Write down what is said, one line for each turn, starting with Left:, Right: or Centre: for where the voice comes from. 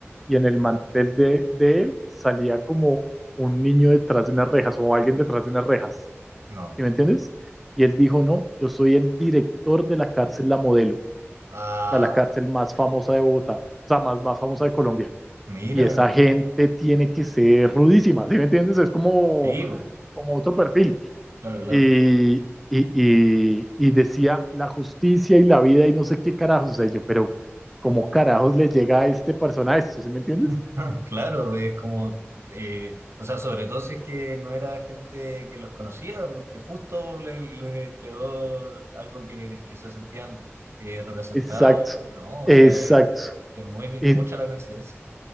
Centre: y en el mantel de, de él salía como un niño detrás de unas rejas o alguien detrás de unas rejas,
Right: No.
Centre: ¿sí me entiendes? Y él dijo, no, yo soy el director de la cárcel La Modelo, o
Right: Ah,
Centre: sea, la cárcel más famosa de Bogotá, o sea, más, más famosa de Colombia
Right: mira.
Centre: y esa gente tiene que ser rudísima, ¿sí me entiendes? Es como,
Right: Sí, po.
Centre: como otro perfil.
Right: Claro, claro.
Centre: Y, y, y- y decía la justicia y la vida y no sé qué carajos, o sea, yo, pero ¿cómo carajos le llega a este persona esto, ¿sí me entiendes?
Right: <laughs> Claro, es como, eh, o sea, sobre todo si es que no era gente que los conocía, porque justo le, le entregó algo que, que se sentían eh, representados,
Centre: Exacto,
Right: ¿no? O
Centre: exacto.
Right: sea, eh, es muy
Centre: Y
Right: mucha la coincidencia.